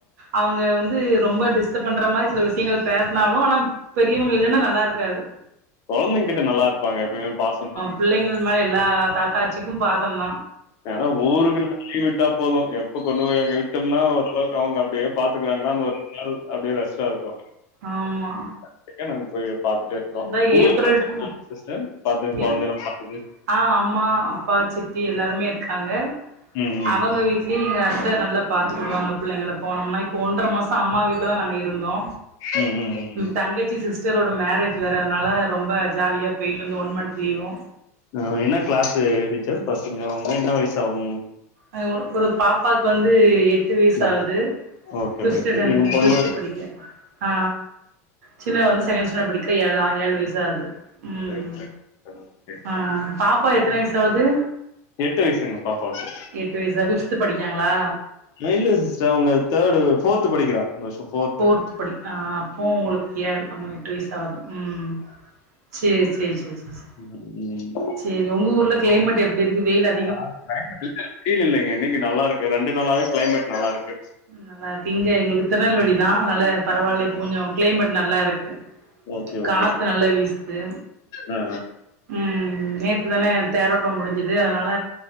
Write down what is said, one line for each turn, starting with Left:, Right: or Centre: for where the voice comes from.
Right: அவுங்க வந்து ரொம்ப டிஸ்டர்ப் பண்ற மாரி சில விஷயங்கள் பே பேச சுனாலு ஆனா பெரியவங்க இல்லனா நல்லாருக்காது
Left: கொழந்தைங்கக்கிட்ட நல்லா இருப்பாங்க எப்பவுமே பாசமா
Right: புள்ளைங்கள் மேல எல்லா தாத்தா ஆச்சிக்கும் பாசந்தா
Left: ஏதோ ஊருக்குன் லீவ் விட்டா போது எப்ப கொண்டு போய் அங்க விட்டோம்னா ஓரளவுக்கு அவுங்க அப்டியே பாத்துக்கறாங்களா அந்த ஒரு நாள் அப்டியே ரஷ்ஷா இருக்கு
Right: ஆமா
Left: <unintelligible> நாங்க போய் பாத்துட்டே இருக்கோ
Right: இந்த
Left: உங்களுக்கு
Right: ஏப்ரல்
Left: <inaudible>
Right: டூ
Left: பாத்துக்க கொழந்தைகள
Right: என்
Left: பாத்துக்கறது
Right: ஆ அம்மா அப்பா சித்தி எல்லாருமே இருக்காங்க
Left: ம். ம்.
Right: அவங்க வீ ட்லியு எங்க அத்த நல்லா பாத்துக்குடுவாங்க பிள்ளைங்கள போனோம்னா இப்போ ஒன்ற மாச அம்மா வீட்லதா நாங்க இருந்தோ
Left: ம் ம் ம் ம்
Right: தங்கச்சி சிஸ்டரோட மேரேஜ் வேற அதுனால ரொம்ப ஜாலியா போயிட்டு இந்த ஒன் மந்த் லீவு
Left: ம் என்ன கிளாஸு டீச்சர் பசங்க அவுங்க என்ன வயசு ஆவு
Right: ஆ ஒரு பாப்பாக்கு வந்து எட்டு வயசு
Left: சின்னதா?
Right: ஆகுது
Left: ஓகே
Right: ஃபிஃப்த்து
Left: ஓகே.
Right: ஸ்டாண்டர்ட்
Left: என் பொண்ணு
Right: ஃபிஃப்த்து படிக்க ஆ சின்னவ வந்து செகண்ட் ஸ்டாண்டர்ட் படிக்க ஏழா ஏழு வயசு ஆகுது ம்
Left: சரி சரி. ஓகே.
Right: ஆ பாப்பா எத்தன வயசு ஆவுது
Left: எட்டு வயசுங்க பாப்பாவுக்கு
Right: எட்டு் வயசா ஃபிஃப்த்து படிக்காங்களா
Left: இல்ல சிஸ்டர் அவுங்க தேர்டு ஃபோர்த்து படிக்கிறா இந்த வருஷ ஃபோர்த்
Right: ஃபோர்த்து படி ஆ அப்போ உங்களுக்கு ஏல் ஆமா எட்டு வயசு ஆவுது ம் சேர் சேரி சேரி சேரி சேரி
Left: ம்
Right: சேரி உங்க ஊர்ல கிளைமேட் எப்டி இருக்கு வெயிலா
Left: ஆ கிளைமேட் வெயில் இல்லங்க இன்னைக்கு நல்லாருக்கு ரெண்டு நாளாவே கிளைமேட் நல்லாருக்கு
Right: நல்லாருக்கு இங்க எங்களுக்கு திருநெல்வேலி தா அதனால பரவால்ல இப்ப கொஞ்ச கிளைமேட் நல்லாருக்கு
Left: ஓகே ஓகே
Right: காத்து நல்லா வீசுது
Left: ஆ
Right: ம் நேத்து தானே தேரோட்டோ முடிஞ்சு து அதனால